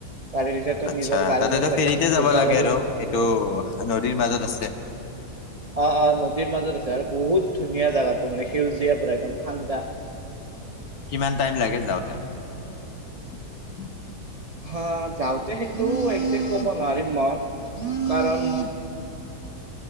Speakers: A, on the right (about 50°); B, on the left (about 70°).
A: গাড়ী <unintelligible>
B: আচ্ছা
A: নিজৰ গাড়ী
B: তাতেতো
A: লৈ তাতে
B: ফেৰিতে
A: ঘূৰবা
B: যাব লাগে
A: পাৰি
B: আৰু সেইটো নদীৰ মাজত আছে।
A: অহ - অহ নদীৰ মাজত আছে আৰু বহুত ধুনীয়া জাগাটো মানে সেউজীয়া পোৰা একদম ঠা ঠাণ্ডা।
B: কিমান টাইম লাগে যাওঁতে? <inaudible>
A: হা, যাওঁতে সেইটো একজেক কব নোৱাৰিম মই কাৰণ
B: <inaudible>